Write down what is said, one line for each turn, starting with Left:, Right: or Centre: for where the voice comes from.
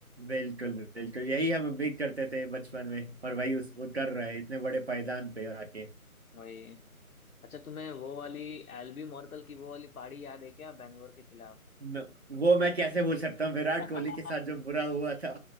Right: बिल्कुल बिल्कुल यही हम उम्मीद करते थे बचपन में और वही उस वो कर रहे हैं इतने बड़े पायदान पे आके
Left: वही अच्छा तुम्हें वो वाली एल्बी मॉर्कल की वो वाली पारी याद है क्या बैंगलोर के खिलाफ
Right: म- वो मैं कैसे भूल सकता हूँ विराट
Left: <laughs>
Right: कोहली के साथ जो बुरा हुआ था